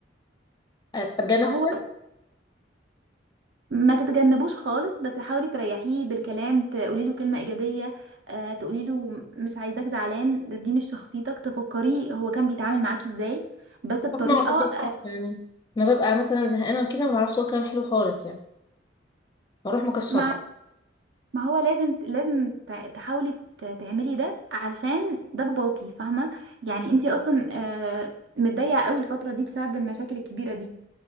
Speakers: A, on the left (about 25°); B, on the right (about 75°).
A: أتجنب
B: هو
A: خالص
B: ما تتجنبوش خالص بس حاولي تريحيه بالكلام تقولي له كلمة إيجابية آه تقولي له مش عايزاك زعلان ده- دي مش شخصيتك تفكريه هو كان بيتعامل معاكي إزاي بس بطريقة
A: طب ما أعتقدش يعني ما ببقى مثلا زهقانة وكده ما بعرفش أقول كلام حلو خالص يعني بروح مكشرة
B: ما ما هو لازم لازم تع- تحاولي ت- تعملي ده عشان ده باباكي فاهمة يعني انتي أصلا آه متضايقة قوي الفترة دي بسبب المشاكل الكبيرة دي